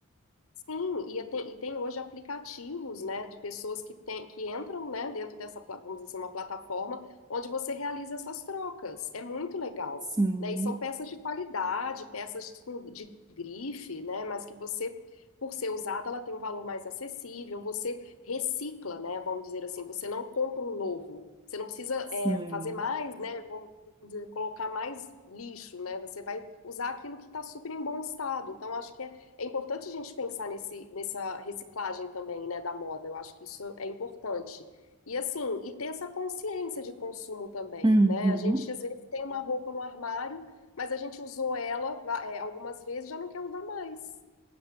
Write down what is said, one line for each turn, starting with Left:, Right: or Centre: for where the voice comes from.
Left: Sim, e a- tem, e tem hoje aplicativos, né, de pessoas que, tem, que entram, né, dentro dessa, pla- vamos dizer assim, uma plataforma onde você realiza essas trocas. É muito legal,
Right: Sim.
Left: né? E são peças de qualidade, peças com, de grife, né, mas que você, por ser usada, ela tem um valor mais acessível. Você recicla, né, vamos dizer assim, você não compra um novo. Você não precisa,
Right: Sim.
Left: é, fazer mais, né, vamos dizer, colocar mais lixo, né? Você vai usar aquilo que está super em bom estado. Então, acho que é é importante a gente pensar nesse, nessa reciclagem também, né, da moda. Eu acho que isso é importante. E assim, e ter essa consciência de consumo também,
Right: Uhum.
Left: né? A gente às vezes tem uma roupa no armário, mas a gente usou ela, va- é, algumas vezes, e já não quer usar mais.